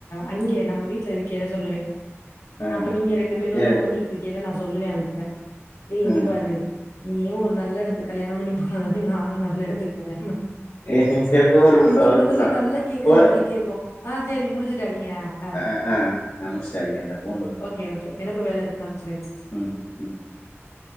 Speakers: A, on the left; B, on the left.
A: அங்கே நம்ம வீட்டுல இருக்கேல்ல சொல்லுவேன்
B: ஆ
A: அப்ப நீங்க ரெண்டு பேரும்
B: இரு
A: லவ் பண்ணிட்டு இருக்கெல்ல நா சொல்லுவேன் அதுகிட்ட ஏ இங்க
B: ம்
A: பாரு நீயும் ஒரு நல்ல இடத்துக் கல்யாணம் பண்ணி அதுவரைக்கு நானு நல்லா எடுத்துக் தனியா
B: ஏ சரி ஒரு நிமிஷோ
A: நம்ம சொல்றதெல்லாம்
B: ஒரு நிமிஷோ
A: நல்லா கேக்குற
B: ஓ
A: மாரி கேக்கும் அஹ் சரி முடிச்சுட்டு அடிங்க அஹ்
B: ஆ ஆ ஆ முடிச்சுட்டு அடிக்கிறே இந்தா ஃபோன் வருது
A: ஓகே ஓகே எனக்கு வேலை இருக்கு நம்ம
B: ம் ம்
A: <unintelligible>